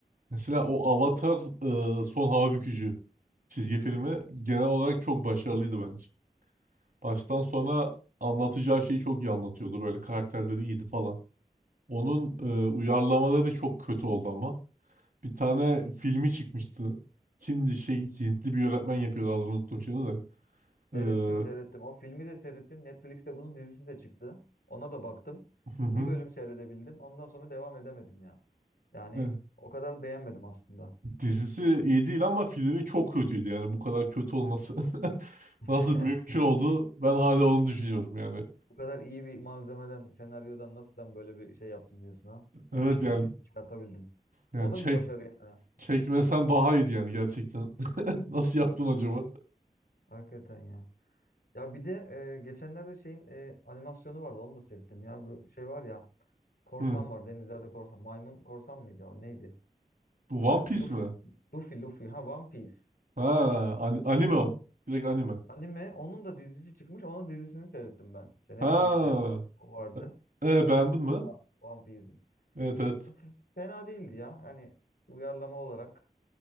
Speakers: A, on the right (about 60°); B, on the left (about 85°).
A: Mesela o Avatar e, Son Hava Bükücü çizgi filmi genel olarak çok başarılıydı bence. Baştan sona anlatacağı şeyi çok iyi anlatıyordu. Böyle karakterleri iyiydi falan. Onun
B: Hı hı.
A: e, uyarlamaları çok kötü oldu ama. Bir tane filmi çıkmıştı. Kimdi şey Hintli bir yönetmen yapıyordu adını unuttum şimdi de. Ee,
B: Seyrettim
A: hı
B: seyrettim. O filmi de seyrettim. Netflix'te bunun dizisi de çıktı. Ona da baktım.
A: hı.
B: Bir bölüm seyredebildim. Ondan sonra devam edemedim ya. Yani
A: Evet.
B: o kadar beğenmedim aslında.
A: Dizisi iyi değil ama filmi çok kötüydü yani bu kadar kötü olması. <laughs>
B: <laughs>
A: Nasıl mümkün oldu? Ben hala onu düşünüyorum yani.
B: Bu kadar iyi bir malzemeden, senaryodan nasıl sen böyle bir şey yaptın diyorsun ha? Nasıl
A: Evet
B: böyle
A: yani
B: film çıkartabildin?
A: yani
B: O da
A: çek
B: bir başarı yani.
A: çekmesen daha iyiydi yani gerçekten. <laughs> Nasıl yaptın
B: Hakikaten,
A: acaba?
B: hakikaten ya. Ya bir de e, geçenlerde şeyin e, animasyonu vardı. Onu da seyrettim ya. Bu şey var ya. Korsan
A: Hı.
B: var. Denizlerde korsan. Maymun korsan mıydı o? Neydi?
A: Bu One Piece
B: Luffy,
A: mi?
B: Luffy, Luffy. Ha One Piece.
A: Ha, an- anime o. Direkt anime.
B: Anime. Onun da dizisi çıkmış. Onun dizisini seyrettim ben. İşte Netflix'te
A: Ha.
B: o vardı.
A: E,
B: Ona
A: e, beğendin
B: baktım
A: mi?
B: ama One Piece'in.
A: Evet evet.
B: F- Fena değildi ya. Yani uyarlama olarak